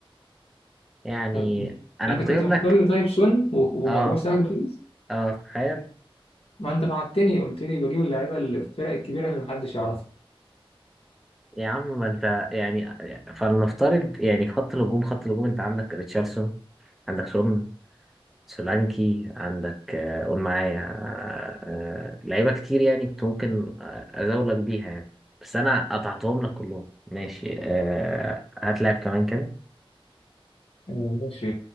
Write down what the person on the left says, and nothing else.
طب
أنت
كنت
مختار
لي طيب سون و- وموضوع
سهل خالص
ما أنت بعتني قلت لي بجيب اللعيبة اللي في الفرق الكبيرة اللي محدش يعرفها
آه، ماشي